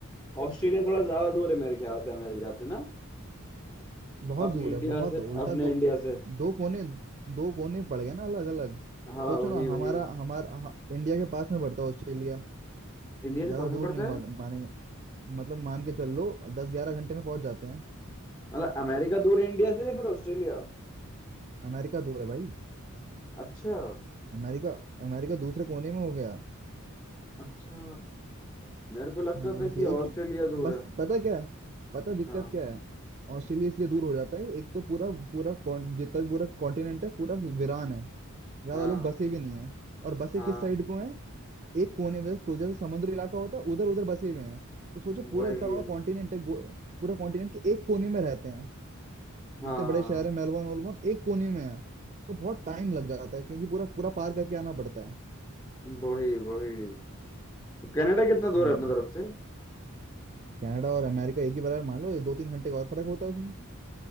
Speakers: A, on the left (about 20°); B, on the right (about 35°).
A: ऑस्ट्रेलिया थोड़ा ज्यादा दूर है मेरे ख्याल से अमेरिका से ना
B: बहुत
A: अपने
B: दूर
A: इंडिया
B: है बहुत
A: से
B: है, उल्टा
A: अपने
B: दो
A: इंडिया से
B: दो कोने दो कोने पड़ गए ना अलग अलग
A: हाँ
B: सोचो
A: वही
B: ना
A: वही
B: हमारा हमारा ह- इंडिया के पास में पड़ता है ऑस्ट्रेलिया
A: इंडिया के
B: ज्यादा
A: पास में
B: दूर
A: पड़ता
B: नहीं मान,
A: है
B: मानेंगे मतलब मान के चल लो दस ग्यारह घंटे में पहुंच जाते हैं
A: मतलब अमेरिका दूर है इंडिया से या फिर ऑस्ट्रेलिया
B: अमेरिका दूर है भाई
A: अच्छा
B: अमेरिका अमेरिका दूसरे कोने में हो गया
A: अच्छा मेरे को लगता
B: हाँ
A: था
B: बस
A: कि
B: यही
A: ऑस्ट्रेलिया
B: कि
A: दूर
B: बस
A: है
B: पता क्या है पता दिक्कत
A: हाँ
B: क्या है ऑस्ट्रेलिया इसलिए दूर हो जाता है एक तो पूरा पूरा कॉन- जितना भी पूरा कॉन्टिनेंट है पूरा वीरान है ज्यादा
A: हाँ
B: लोग बसे भी नहीं है और बसे
A: हाँ
B: किस साइड को है एक कोने में को- जैसे समुद्र इलाका होता है उधर उधर बसे हुए हैं तो सोचो पूरा
A: वही
B: इतना बड़ा कॉन्टिनेंट है गो- पूरा कॉन्टिनेंट के एक कोने में रहते हैं
A: हाँ
B: जितने बड़े शहर है मेलबोर्न वेलबोर्न एक कोने में है तो बहुत टाइम लग जाता है क्योंकि पूरा पूरा पार करके आना पड़ता है
A: वही वही तो कनाडा कितना दूर
B: हाँ
A: है अपनी तरफ से
B: कनाडा और अमेरिका एक ही बराबर मान लो ये दो तीन घंटे का और फर्क होता है उसमें